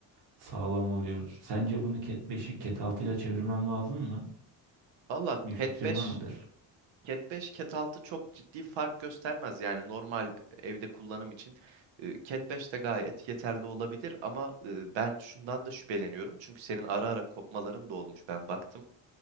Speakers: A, on the right (about 55°); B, on the right (about 70°).
A: sağlam oluyor. Sence bunu Cat 5'i Cat 6 ile çevirmem lazım mı?
B: Valla
A: Bir fikrin
B: Cat 5
A: var mıdır?
B: Cat 5, Cat 6 çok ciddi fark göstermez. Yani normal e, evde kullanım için e, Cat 5 de gayet yeterli olabilir ama e, ben şundan da şüpheleniyorum. Çünkü senin ara ara kopmaların da olmuş. Ben baktım.